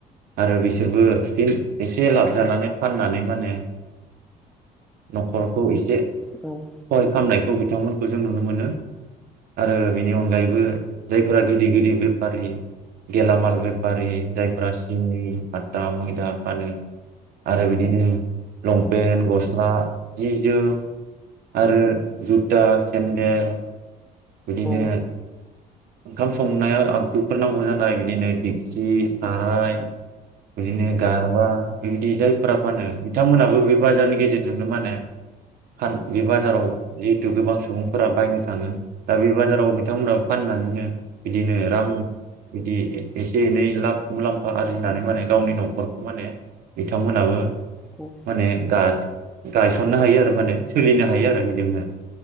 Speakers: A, on the right; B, in the centre.
A: आरो बिसोरबो फिन एसे लाबजानानै फाननानै माने न'खरखौ एसे
B: औ-
A: सहाय खालामनायखौ बिथांमोनखौ जों नुनो मोनो। आरो बेनि अनगायैबो जायफोरा गिदिर-गिदिर बेफारि गेलामाल बेफारि जायफ्रा सिनि हता मैदा फानो आरो बिदिनो लंपेन्ट गस्ला जि जोम आरो जुथा सेन्देल बिदिनो
B: औ
A: ओंखाम संनायाव आगजुफोर नांगौ जानाय बिदिनो दिपसि साराय बिदिनो गारबा बेबायदि जायफोरा फानो बिथांमोनहाबो बे बाजारनि गेजेरजोंनो माने फान बे बाजाराव जिहेतु गोबां सुबुंफोरा बायनो थाङो। दा बे बाजाराव बिथांमोना फाननानैनो बिदिनो रां बिदि एसे एनै लाब मुलाम्फा आरजिनानै माने गावनि न'खरखौ माने बिथांमोनाबो
B: औ
A: माने गाथ गायसननो हायो आरो माने सोलिनो हायो आरो बिदिनो